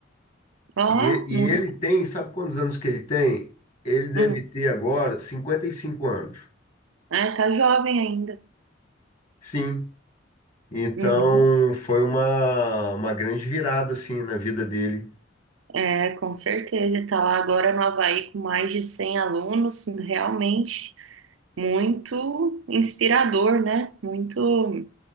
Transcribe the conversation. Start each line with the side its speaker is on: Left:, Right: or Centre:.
Right: Ó,
Left: E, e
Right: muito.
Left: ele tem, sabe quantos anos que ele tem? Ele deve
Right: Hum.
Left: ter agora 55 anos.
Right: É, tá jovem ainda.
Left: Sim. Então
Right: Uhum.
Left: foi uma, uma grande virada assim na vida dele,
Right: É, com certeza. Tá lá agora no Havaí com mais de 100 alunos. Realmente muito inspirador, né? Muito